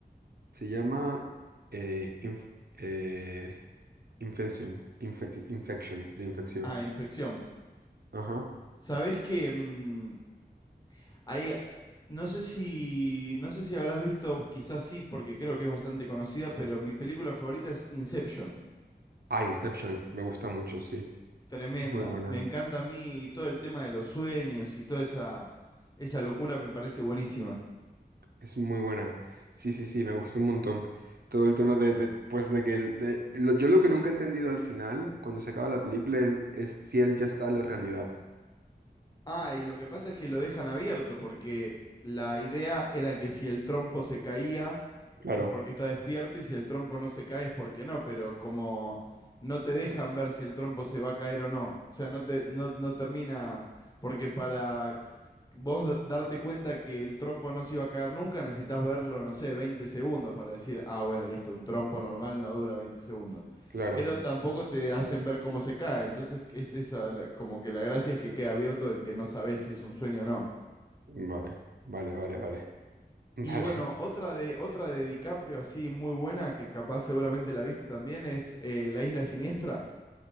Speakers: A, on the right; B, on the left.
A: Se llama eh, inf- eh, Infection, infe- Infection, de infección.
B: Ah, infección.
A: Ajá.
B: Sabés que mm, hay, eh, no sé si, no sé si habrás visto, quizás sí, porque creo que es bastante conocida, pero mi película favorita es Inception.
A: Ah, Inception, me gusta mucho, sí.
B: Tremenda.
A: Es muy buena,
B: Me encanta a mí todo el tema de los sueños y toda esa, esa locura me parece buenísima.
A: es muy buena. Sí, sí, sí, me gustó un montón. Todo el tema de, de, pues, de que... el- de- lo- yo lo que nunca he entendido al final, cuando se acaba la película, él- es si él ya está en la realidad.
B: Ah, y lo que pasa es que lo dejan abierto porque la idea era que si el trompo se caía
A: Claro,
B: es porque está despierto y si el trompo no se cae es porque no, pero como no te dejan ver si el trompo se va a caer o no. O sea, no te, no, no termina, porque para vos darte cuenta que el trompo no se iba a caer nunca, necesitas verlo, no sé, 20 segundos para decir, ah, bueno, listo, un trompo normal no dura 20 segundos.
A: claro.
B: Pero tampoco te hacen ver cómo se cae. Entonces, es esa, la- como que la gracia es que queda abierto en que no sabes si es un sueño o no.
A: Vale, vale, vale, vale. <laughs> Vale.
B: Y bueno, otra de, otra de DiCaprio así muy buena, que capaz seguramente la viste también, es eh, La Isla Siniestra.